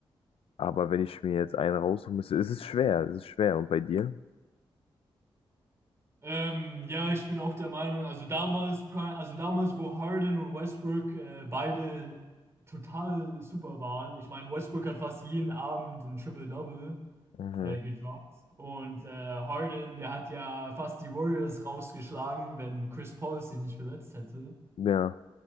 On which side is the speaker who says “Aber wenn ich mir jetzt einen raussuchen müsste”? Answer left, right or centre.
Left